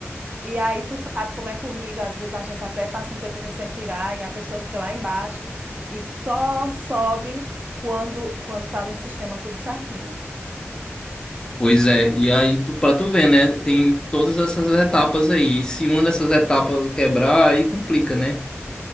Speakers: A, on the right; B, on the left.
A: E aí tu sabe como é corrido, às vezes a gente até passa um tempinho sem tirar e a pessoa fica lá embaixo e só sobe quando quando tá no sistema tudo certinho.
B: Pois é, e aí tu, para tu ver, né? Tem todas essas etapas aí. E se uma dessas etapas quebrar, aí complica, né?